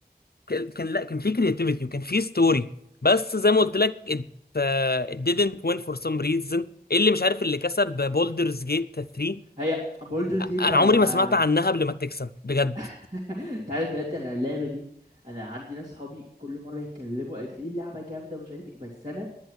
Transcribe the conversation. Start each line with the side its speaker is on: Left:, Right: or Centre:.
Left: ك- كان لا كان في كرياتيفيتي وكان في ستوري بس زي ما قلت لك it, uh, it didn't win for some reason اللي مش عارف اللي كسب بولدرز جيت 3
Right: هي بولدر جيت
Left: انا
Right: انا
Left: عمري
Right: ما-
Left: ما سمعت عنها قبل ما تكسب بجد
Right: <laughs> انت عارف بجد انا اللعبه دي انا عندي ناس صحابي كل مره يتكلموا قد ايه اللعبه جامده ومش عارف ايه بس انا